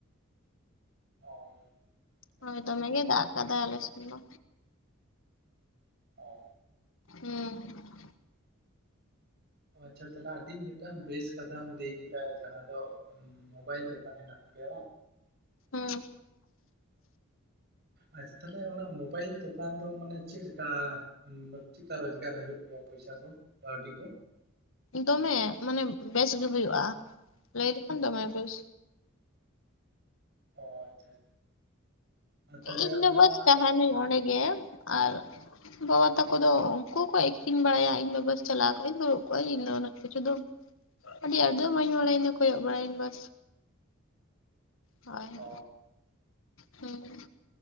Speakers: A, on the right (about 50°); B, on the left (about 65°).
A: ᱚ ᱦᱮᱸᱛᱚ
B: ᱦᱚᱭ ᱫᱚᱢᱮ ᱜᱮ ᱫᱟᱜ ᱠᱟᱫᱟ ᱟᱞᱮ ᱥᱮᱱ ᱫᱚ᱾
A: ᱚ᱾
B: ᱦᱩᱸ᱾
A: ᱚ ᱟᱪᱪᱷᱟ ᱛᱟᱦᱚᱞᱮ ᱟᱹᱰᱤ ᱢᱤᱫᱴᱟᱝ ᱵᱮᱥ ᱠᱟᱛᱷᱟᱢ ᱞᱟᱹᱭ ᱠᱮᱫᱟ ᱡᱟᱦᱟᱸ ᱫᱚ ᱢᱳᱵᱟᱭᱤᱞ ᱫᱚᱠᱟᱱ ᱦᱮᱱᱟᱜ ᱛᱟᱯᱮᱭᱟ ᱵᱟᱝ?
B: ᱦᱩᱸ᱾
A: ᱟᱪᱪᱷᱟ ᱛᱟᱦᱚᱞᱮ ᱚᱱᱟ ᱢᱳᱵᱟᱭᱤᱞ ᱫᱚᱠᱟᱱ ᱫᱚ ᱢᱟᱱᱮ ᱪᱮᱫ ᱞᱮᱠᱟ ᱪᱮᱫᱠᱟ ᱨᱳᱡᱽᱜᱟᱨ ᱦᱩᱭᱩᱜ ᱜᱮᱭᱟ ᱯᱚᱭᱥᱟ ᱠᱚ ᱠᱟᱹᱣᱰᱤ ᱠᱚ?
B: ᱫᱚᱢᱮ ᱢᱟᱱᱮ ᱵᱮᱥ ᱜᱮ ᱦᱩᱭᱩᱜᱼᱟ᱾ ᱞᱟᱹᱭ ᱞᱮᱠᱷᱟᱱ ᱫᱚᱢᱮ ᱵᱮᱥ᱾
A: ᱚ ᱟᱪᱪᱷᱟ ᱟᱪᱪᱷᱟ ᱟᱨ ᱛᱟᱦᱚᱞᱮ
B: ᱤᱧ ᱫᱚ
A: ᱚᱱᱟ
B: ᱵᱟᱥ ᱛᱟᱦᱮᱱᱟᱹᱧ ᱚᱸᱰᱮ ᱜᱮ ᱟᱨ ᱵᱟᱵᱟ ᱛᱟᱠᱚ ᱫᱚ ᱩᱱᱠᱩ ᱠᱚ ᱟᱹᱠᱷᱨᱤᱧ ᱵᱟᱲᱟᱭᱟ ᱤᱧ ᱵᱟᱥ ᱪᱟᱞᱟᱣ ᱠᱚᱜ ᱤᱧ ᱫᱩᱲᱩᱵ ᱠᱚᱜᱼᱟ ᱤᱧᱫᱚ ᱚᱱᱮᱠ ᱠᱤᱪᱷᱩ ᱫᱚ ᱟᱹᱰᱤ ᱟᱫᱚ ᱵᱟᱹᱧ ᱵᱟᱲᱟᱭᱮᱱᱟ ᱤᱧᱫᱚ ᱠᱚᱭᱚᱜ ᱵᱟᱲᱟᱭᱮᱧ ᱵᱟᱥ᱾ ᱦᱳᱭ
A: ᱚ
B: ᱦᱮᱸ᱾